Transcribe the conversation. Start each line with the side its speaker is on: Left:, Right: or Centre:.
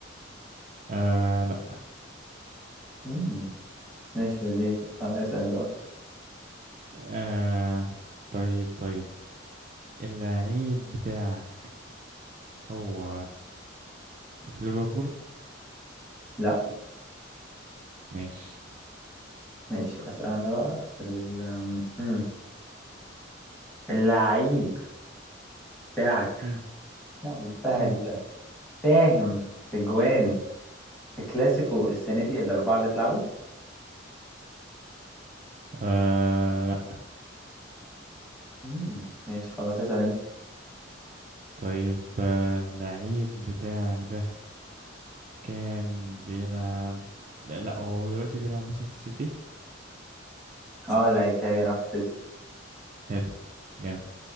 Right: آه لا
Centre: مم، ماشي لذيذ آه، اسأل أنت بقى
Right: آه طيب طيب اللعيب بتاعك هو في ليفربول
Centre: لا
Right: ماشي
Centre: ماشي أسأل أنا بقى ال- مم، اللعيب بتاعك
Right: مم.
Centre: لا سهل
Right: مم.
Centre: دي بقى ساهم في جوان في كلاسيكو السنة دي الأربعة اللي اتلعبوا
Right: آه لا
Centre: مم، ماشي خلاص اسأل أنت
Right: طيب آه، اللعيب بتاعك ده كان بيلعب لا هو دلوقتي بيلعب مثلا في السيتي
Centre: اه اللعيب بتاعي بيلعب في السيتي
Right: حلو جامد